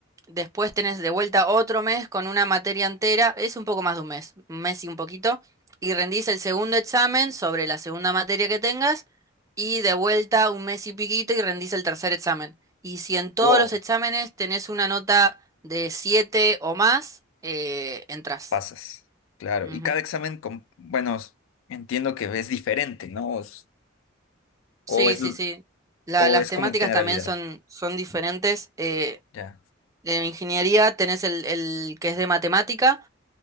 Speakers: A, on the right; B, on the left.
A: después tenés de vuelta otro mes con una materia entera, es un poco más de un mes, un mes y un poquito, y rendís el segundo examen sobre la segunda materia que tengas y de vuelta un mes y piquito y rendís el tercer examen. Y si en todos
B: Wow,
A: los exámenes tenés una nota de 7 o más, eh, entras.
B: Pasas, claro.
A: Ujú.
B: Y cada examen, com- bueno, s- entiendo que es diferente, ¿no? Es-
A: Sí,
B: O es,
A: sí, sí. La-
B: o
A: las
B: es
A: temáticas
B: como en generalidad.
A: también son, son diferentes. eh,
B: Ya,
A: de ingeniería tenés el, el que es de matemática